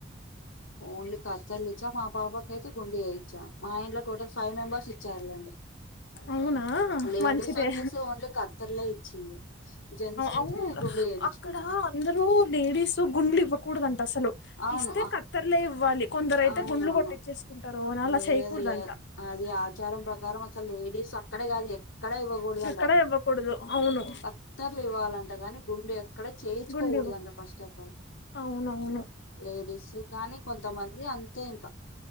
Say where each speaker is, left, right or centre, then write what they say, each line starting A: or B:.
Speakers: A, on the left (about 80°); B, on the left (about 60°).
A: ఓన్లీ కత్తెర్లిచ్చా మా పాపకైతే గుండు చేయిచ్చా మా ఇంట్లో టోటల్ ఫైవ్ మెంబేర్స్ ఇచ్చారులేండి
B: అవునా
A: లేడీస్
B: మంచిదే
A: వచ్చేసి ఓన్లీ కత్తేర్లే ఇచ్చింది జెంట్స్ అయితే
B: అవును
A: గుండు చేయించుకున్నారు
B: అక్కడ అందరూ లేడీసూ గుండ్లు ఇవ్వకూడదంట అసలు
A: అవును
B: ఇస్తే కత్తేర్ లే ఇవ్వాలి కొందరైతే
A: అవునవును
B: గుండ్లు కొట్టిచేసుకుంటారు అని అలా
A: లేదు
B: చేయకూడదంట
A: లేదు అది ఆచారం ప్రకారం అసలు లేడీస్ అక్కడే కాదు ఎక్కడ ఇవ్వకూడదంట
B: ఎక్కడ ఇవ్వకూడదు అవును
A: కత్తెర్లు ఇవ్వాలంట గాని గుండు ఎ క్కడ చేయిచుకోకూడదు
B: గుండు ఇవ్వకు
A: అంట ఫస్ట్ ఆఫ్ ఆల్
B: అవునవును
A: లేడీస్ కానీ కొంతమం అది అంతే ఇంకా